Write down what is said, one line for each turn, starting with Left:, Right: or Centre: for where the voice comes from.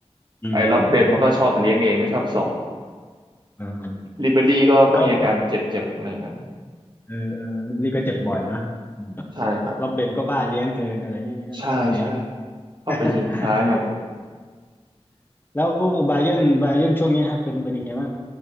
Left: อืมอืมอืม
Right: ไอ้ล็อบเบนมันก็ชอบเลี้ยงเองไม่ชอบส่ง
Left: อืมอาอาอ่า
Right: ริเบรี่ก็ก็มีอาการเจ็บเจ็บอะไรอย่างนั้น
Left: แล้วเออเออลิลลี่ก็เจ็บบ่อยนะอืม
Right: ใช่ครับ
Left: แล้วเบนก็บ้าเลี้ยงเกินอะไรเงี้ยชอบเลี้ยง
Right: ใช่ใช่เข้าไปยิงซ้ายมัน
Left: <laughs> แล้วบาเยิร์นบาเยิร์นช่วงเนี้ยฮะเป็นเป็นยังไงบ้าง